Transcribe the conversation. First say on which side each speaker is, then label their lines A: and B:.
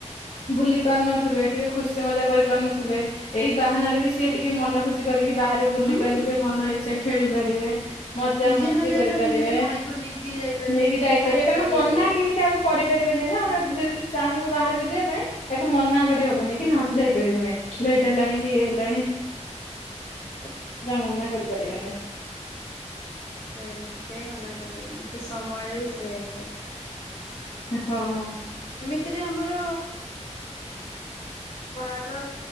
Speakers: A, on the left; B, on the left.
A: ବୁଲି ପାରୁନଥିବେ ଟିକେ ଖୁସି ମଜା କରି ପାରୁନଥିବେ ଏଇ ବାହାନାରେ ବି ସିଏ ଟିକେ ମନ ଖୁସି କରିକି ବାହାରେ ବୁଲି
B: ହୁଁ
A: ପାରିବେ ମନ
B: ହୁଁ
A: ଇଛା ଖେଳି
B: ହୁଁ
A: ପାରିବେ, ମଜା
B: ନିଜେ
A: ମସ୍ତି
B: ନ ଯାଇ
A: କରିପାରିବେ
B: ପାରିଲେ ନିଜ ଭାଇକୁ ନେଇକି ଯାଇପାରିବେ
A: ନେଇକି
B: ନିଜ
A: ଯାଇପାରିବେ
B: ସାଙ୍ଗସାଥି
A: କାରଣ ମନା
B: ଯାଇପାରିବେ
A: କେହି କାହାକୁ କରିପାରିବେନି ନା ମାନେ ଯଦି ଚାହିଁବେ ବାହାରକୁ ଯିବା ପାଇଁ ତାକୁ ମନା କରିହବନି କି ନାହା ତୁ ଯାଇପାରିବୁ ନାହିଁ ଲେଟ୍ ହେଲାଣି କି ଇଏ ହେଲାଣି। ସେଟା ମନା କରିପାରିବାନି।
B: ସେଇଆ କେହି ମନା କରିବେନି ସେ ସମୟ ହି ସେଇଆ ଥାଏ।
A: ହଁ।
B: ଏଥିରେ ଆମର ବାର